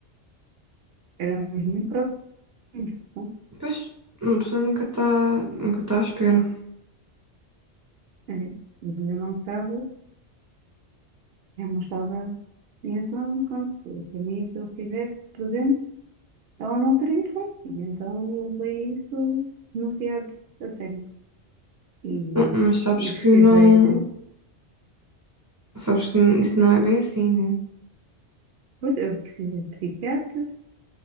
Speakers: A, on the right (about 65°); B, on the right (about 20°).
A: éramos muito próximos, pronto.
B: Pois, uma pessoa nunca está nunca tá à espera.
A: Eh, Mas eu não estava, eu não estava, e então, pronto, para mim, se eu estivesse presente, Ela não teria hipótese, então eu levei isso demasiado a sério. E
B: Hum, Mas sabes
A: eu
B: que
A: precisei
B: não.
A: de.
B: Sabes que isso não é bem assim, né?
A: Eu precisei de psiquiatras,